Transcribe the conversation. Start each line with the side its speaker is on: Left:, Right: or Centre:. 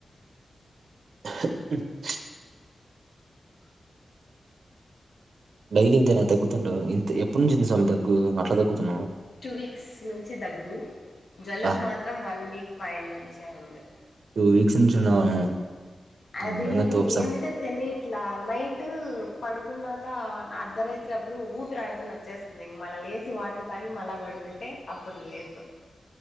Right: <inaudible> డైలీ ఇంతేనా దగ్గుతుంటవా ఇంత ఎప్పుడు నుంచింది స్వామి దగ్గు అట్లా దగ్గుతున్నాం
Left: టూ వీక్స్ నుంచి దగ్గు జలుబు
Right: బా
Left: మాత్రం వన్ వీక్ పైన నుంచే ఉంది
Right: టూ వీక్స్ నుంచి ఉన్నవా నువ్వు
Left: అది
Right: నిజంగా తోపు స్వామి
Left: ఎందుకో తెలియదు ఇట్లా నైట్ పడుకున్నాక అర్ధరాత్రి అప్పుడు ఊపిరిడకుండా వచ్చేస్తుంది ఇమళ్ళా లేచి వాటర్ తాగి మళ్ళా పడుకుంటే అప్పుడు లేస్తా